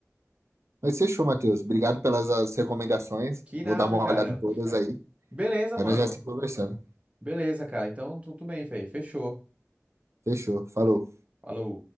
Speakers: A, on the right; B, on the right.
A: Mas fechou, Matheus. Obrigado pelas as recomendações.
B: Que
A: Vou
B: nada,
A: dar uma
B: cara.
A: olhada em todas aí.
B: Beleza,
A: Aí
B: mano.
A: nós já se conversando.
B: Beleza, cara. Então tudo bem, velho. Fechou.
A: Fechou. Falou.
B: Falou.